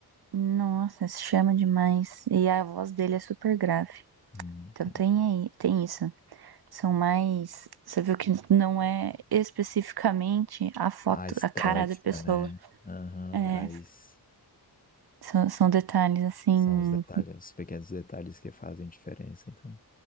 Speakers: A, on the right; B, on the left.
A: Nossa, se chama demais. E a voz dele é super grave.
B: Hum, entendi.
A: Então tem aí, tem isso. São mais. Você viu que não é especificamente a foto,
B: A estética,
A: a cara da pessoa.
B: né? Aham,
A: É,
B: mas
A: são, são detalhes assim.
B: são os detalhes, os pequenos detalhes que fazem diferença, então.